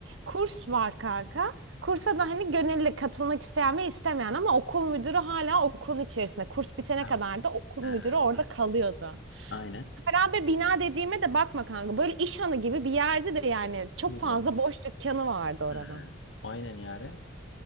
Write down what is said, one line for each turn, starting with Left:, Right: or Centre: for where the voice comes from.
Right: kurs var kanka. Kursa da hani gönüllü katılmak isteyen ve istemeyen ama okul müdürü hala okulun içerisinde. Kurs bitene
Left: Ha,
Right: kadar
Left: okey.
Right: da okul
Left: Ha,
Right: müdürü orada kalıyordu
Left: aynen.
Right: harabe bina dediğime de bakma kanka. Böyle iş hanı gibi bir yerde de yani çok
Left: Doğru.
Right: fazla boş dükkanı vardı
Left: Ha,
Right: oranın.
Left: aynen yaren.